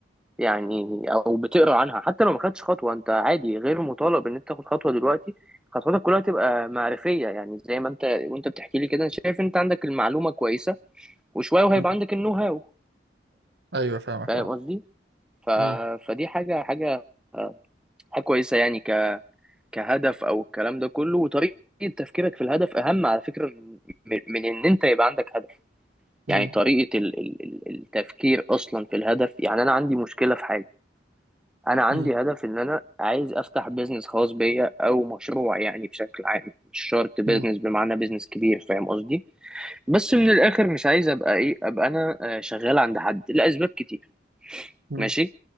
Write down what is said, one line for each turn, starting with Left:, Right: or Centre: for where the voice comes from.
Centre: يعني او بتقرا عنها حتى لو ما خدتش خطوه انت عادي غير مطالب ان انت تاخد خطوه دلوقتي خطواتك كلها تبقى معرفيه يعني زي ما انت وانت بتحكي لي كده انا شايف انت عندك المعلومه كويسه وشويه وهيبقى
Right: مم.
Centre: عندك النو هاو
Right: ايوه فاهمك
Centre: فاهم
Right: اه
Centre: قصدي ف...
Right: مم.
Centre: فدي حاجه حاجه حاجه كويسه يعني ك... كهدف او الكلام ده كله وطريقه تفكيرك في الهدف اهم على فكره من من ان انت يبقى عندك هدف
Right: مم.
Centre: يعني طريقة ال- ال- ال- التفكير أصلا في الهدف يعني أنا عندي مشكلة في حاجة أنا عندي
Right: مم.
Centre: هدف إن أنا عايز أفتح بيزنس خاص بيا أو مشروع يعني بشكل عام مش شرط بيزنس
Right: مم.
Centre: بمعنى بيزنس كبير فاهم قصدي بس من الآخر مش عايز أبقى إيه أبقى أنا آه، شغال عند حد لأسباب كتير
Right: مم.
Centre: ماشي